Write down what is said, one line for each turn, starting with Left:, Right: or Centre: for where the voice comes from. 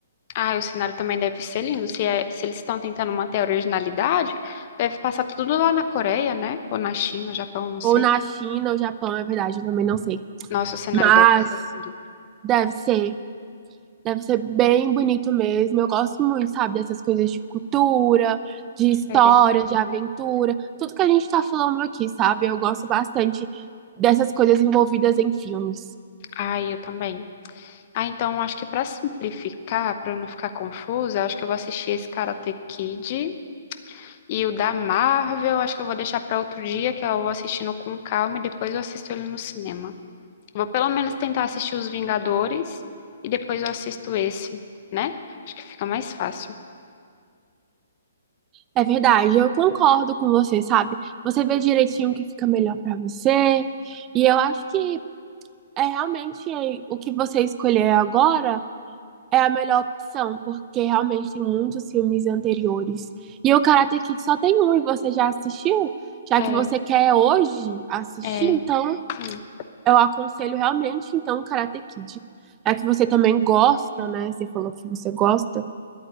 Left: Ah, o cenário também deve ser lindo. Se, é- se eles estão tentando manter a originalidade, deve passar tudo lá na Coreia, né? Ou na China, Japão, não sei.
Right: ou na China, ou Japão, é verdade, eu também não sei.
Left: Nossa, o cenário
Right: Mas
Left: deve ser lindo,
Right: deve ser, deve ser bem bonito mesmo. Eu gosto muito, sabe, dessas coisas de cultura, de
Left: diferente,
Right: história, de aventura,
Left: né?
Right: tudo que a gente tá falando aqui, sabe? Eu gosto bastante dessas coisas envolvidas em filmes.
Left: Ai, eu também. Ah, então acho que pra simplificar, pra eu não ficar confusa, acho que eu vou assistir esse Karate Kid e o da Marvel, acho que eu vou deixar pra outro dia, que eu vou assistindo com calma e depois eu assisto ele no cinema. Vou pelo menos tentar assistir os Vingadores e depois eu assisto esse, né? Acho que fica mais fácil.
Right: É verdade, eu concordo com você, sabe? Você vê direitinho o que fica melhor pra você. E eu acho que é realmente é, o que você escolher agora é a melhor opção, porque realmente tem muitos filmes anteriores. E o Karate Kid só tem um e você já assistiu? Já
Left: É,
Right: que você quer hoje assistir,
Left: é,
Right: então
Left: sim,
Right: eu aconselho realmente então o Karate Kid. Já que você também gosta, né? Você falou que você gosta.